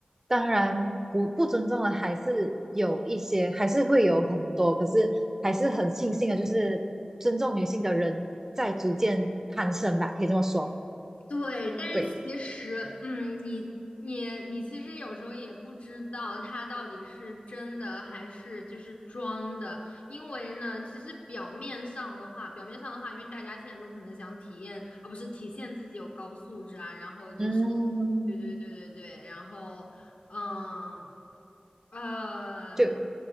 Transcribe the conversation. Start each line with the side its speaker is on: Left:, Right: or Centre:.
Right: 当然不不尊重的还是有一些，还是会有很多，可是还是很庆幸的，就是尊重女性的人在逐渐攀升吧，可以这么说，
Left: 对，但是其实，
Right: 对，
Left: 嗯，你你你其实有时候也不知道他到底是真的还是就是装的，因为呢，其实表面上的话，表面上的话，因为大家现在都可能想体验，而不是体现自己有高素质啊，然后就是，
Right: 嗯。
Left: 对对对对对，然后，嗯，呃，
Right: 就。